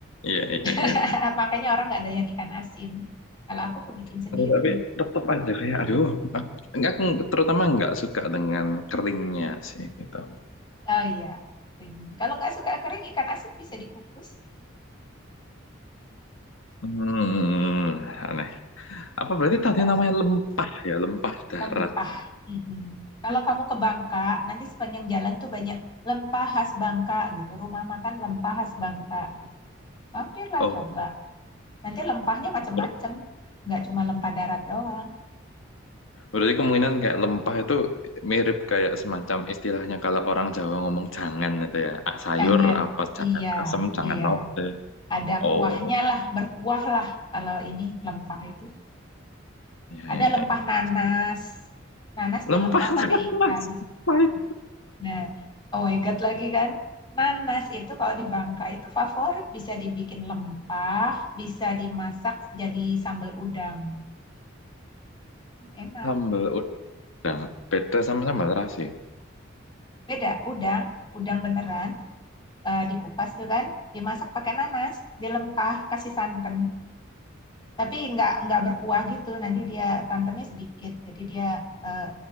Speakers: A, on the left; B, on the left.
A: Iya, iya, iya.
B: <laughs> Makanya orang nggak doyan ikan asin. Kalau aku kebikin sendiri.
A: Terus Tapi tetap aja kayak, aduh, aku, enggak, aku terutama nggak suka dengan keringnya sih, gitu.
B: Oh iya, kering. Kalau nggak suka kering, ikan asin bisa dikukus.
A: Hmm, aneh. Apa berarti tadi
B: <laughs>
A: namanya lempah ya, lempah darat
B: Lempah.
A: ya?
B: Mm-mm. Kalau kamu ke Bangka, nanti sepanjang jalan tuh banyak lempah khas Bangka gitu. Rumah makan lempah khas Bangka gitu. Mampirlah
A: Oh,
B: coba. Nanti lempahnya macam-macam.
A: ber-
B: Nggak cuma lempah darat doang.
A: berarti kemungkinan kayak lempah itu mirip kayak semacam istilahnya kalau orang Jawa ngomong jangan itu ya, ah, sayur
B: Jangan.
A: apa jangan
B: Iya,
A: asem, jangan
B: iya.
A: lode.
B: ada
A: Oh,
B: kuahnya lah, berkuah lah kalau ini lempah itu.
A: ya
B: Ada
A: ya
B: lempah nanas.
A: ya.
B: Nanas
A: Lempah
B: dilempah
A: <laughs>
B: pakai ikan.
A: mas, pahit.
B: Nah, oh my God lagi kan. Nanas itu kalau di Bangka itu favorit. Bisa dibikin lempah, bisa dimasak jadi sambal udang. Enak.
A: Sambal ud- beda sama
B: Iya.
A: sambal terasi.
B: Beda, udang, udang beneran. eh, dikupas tuh kan, dimasak pakai nanas, dilempah, kasih santan. Tapi nggak nggak berkuah gitu, nanti dia santannya sedikit, jadi dia eh,